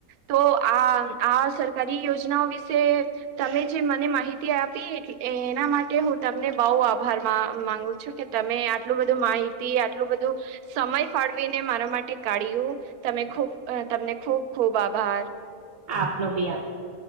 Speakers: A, on the right; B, on the right.
A: તો આ આ સરકારી યોજનાઓ વિશે તમે જે મને માહિતી આપી એ માટે હું તમને બહુ આભાર મા માંગુ છું કે તમે આટલું બધું માહિતી આટલું બધું સમય ફાળવીને મારા માટે કાઢ્યું તમે ખૂબ તમને ખૂબ ખૂબ આભાર.
B: આપનો બી આભાર.